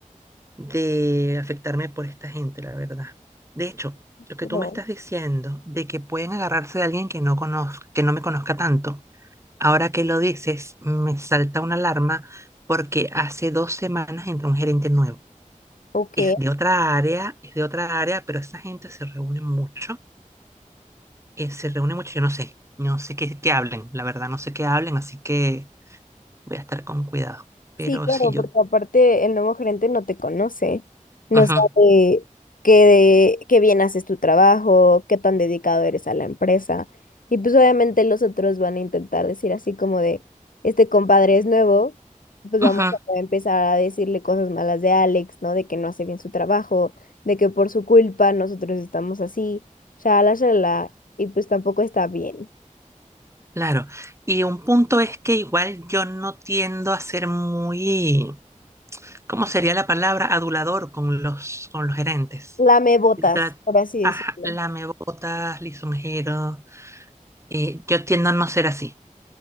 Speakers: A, on the right; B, on the left.
A: de afectarme por esta gente, la verdad. De hecho, lo que
B: No,
A: tú me estás diciendo de que pueden agarrarse de alguien que no conozca, que no me conozca tanto, ahora que lo dices, me salta una alarma porque hace dos semanas entró un gerente nuevo.
B: ok.
A: Es de otra área, es de otra área, pero esa gente se reúne mucho, eh, se reúne mucho, yo no sé, no sé qué, qué hablen, la verdad no sé qué hablen, así que voy a estar con cuidado. Pero
B: Sí, claro,
A: si yo...
B: porque aparte el nuevo gerente no te conoce, no
A: Ujú,
B: sabe qué, qué bien haces tu trabajo, qué tan dedicado eres a la empresa. Y pues obviamente los otros van a intentar decir así como de, este compadre es nuevo, pues
A: ujú.
B: vamos a empezar a decirle cosas malas de Alex, ¿no? De que no hace bien su trabajo, de que por su culpa nosotros estamos así, shalala, shalala, y pues tampoco está bien.
A: Claro, y un punto es que igual yo no tiendo a ser muy, ¿cómo sería la palabra? Adulador con los, con los gerentes.
B: Lame botas,
A: Yo tra-
B: por así
A: ajá,
B: decirlo.
A: lamebotas, lisonjero, eh, yo tiendo a no ser así